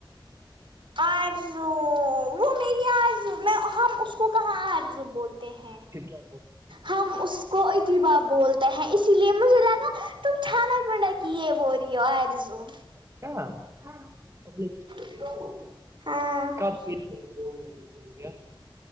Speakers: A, on the right; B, on the right.
A: آرزو وہ میری آرزو میں ہم اس کو کہاں آرزو بولتے ہیں
B: پھر کیا
A: ہم اس کو اتھی بار بولتے ہیں اسی لیے مجھے لگا تم چھانا گنڈا کی یہ بولرہی ہو
B: اچھا آپ نے
A: ہاں
B: کب سے کیا